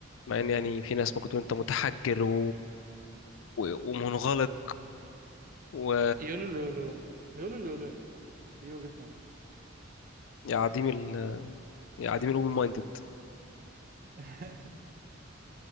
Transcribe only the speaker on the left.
مع ان يعني في ناس ممكن تكون انت متحجر و... و- ومنغلق و
يا عديم ال يا عديم الأوبن مايندد